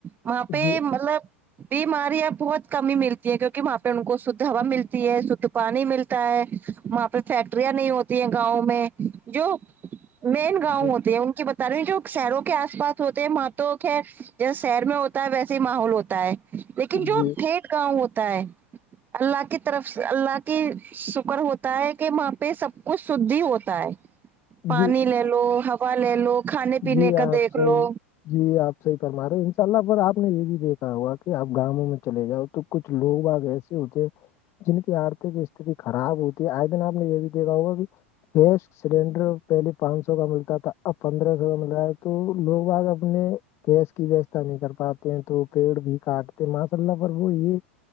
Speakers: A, on the right; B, on the left.
A: وہاں پہ
B: جی
A: مطلب بیماریاں بہت کمی ملتی ہیں کیونکہ وہاں پہ ان کو شھ ہوا ملتی ہے شھ پانی ملتا ہے وہاں پہ فیکٹریاں نہیں ہوتی ہیں گاؤں میں جو مین گاؤں
B: جی
A: ہوتے ہیں ان کی ب تے جو شہروں کے آس پاس ہوتے ہیں وہاں تو خیر جیسے شہر میں ہوتا ہے ویسے ہی ماحول ہوتا ہے لیکن جو
B: جی
A: پھیٹ گاؤں ہوتا ہے اللہ کی طرف سے اللہ کہ شکر ہوتا ہے کہ وہاں پہ سب کچھ شھھی ہوتا ہے <unintelligible> پانی
B: جی
A: لے لو ہوا لے لو کھانے
B: جی
A: پینے کا
B: آپ
A: دیکھ
B: صحیح
A: لو
B: جی آپ صحیح فما رہے ہو انشاء اللہ پر آپ نے یہ بھی دیکھا ہوا کہ آپ گاؤوں میں چے جاؤ تو <unintelligible> کچھ لوگ بگ ایسے ہوتے <unintelligible> جن کی آرتک استتی خراب ہوتی ہے آئے دن آپ نے یہ بھی دیکھا ہوگا کہ گیس سلڈر پہلے پانچ سو کا ملتا تھا ا پندرہ سو کا مل رہا ہے تو لوگ آگ اپنے گس کی ویوستھا نہیں کر پاتے ہیں تو پیڑ بھی کاٹ کہ ما ص اللہ پر وہ یہ